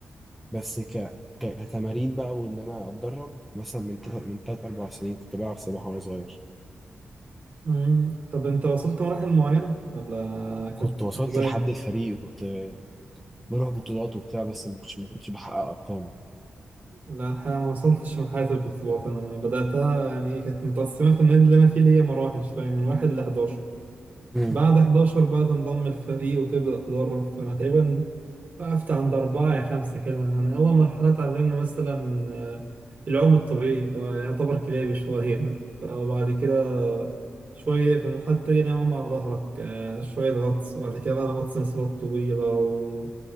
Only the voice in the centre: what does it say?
بس ك... ك... كتمارين بقى وإن أنا أتدرب مثلا من تلات من تلات أربع سنين كنت بلعب سباحة وأنا صغير
كنت
وصلت
لحد الفريق وكنت بروح بطولات وبتاع بس ما كنتش ما كنتش بحقق ارقام
امم